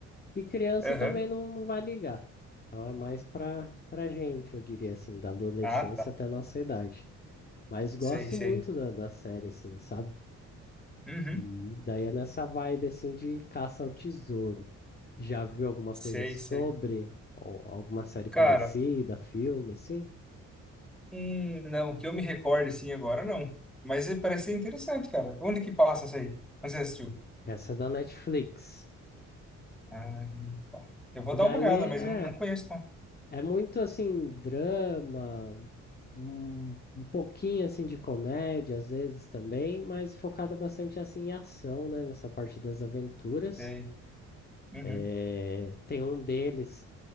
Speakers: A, on the left; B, in the centre.
A: E criança
B: aham.
A: também não, não vai ligar. Então é mais pra, pra gente, eu diria assim, da adolescência
B: Ah, tá.
A: até a nossa idade. Mas gosto
B: Sei, sei.
A: muito da, da série, assim, sabe?
B: Uhum,
A: E daí é nessa vibe, assim, de caça ao tesouro. Já viu alguma
B: sei,
A: coisa sobre,
B: sei.
A: ou alguma série
B: Cara,
A: parecida, filme, assim?
B: Hum, não, que eu me recorde assim agora, não. Mas eh, parece ser interessante, cara. Onde que passa essa aí? Onde você assistiu?
A: Essa é da Netflix.
B: Ah, tá. Eu vou
A: E
B: dar
A: daí
B: uma olhada,
A: é
B: mas não, não conheço, não.
A: É muito assim, drama, um, um pouquinho assim de comédia às vezes também, mas focada bastante assim em ação, né? Nessa parte das aventuras.
B: Sei. Uhum,
A: Eh, tem um deles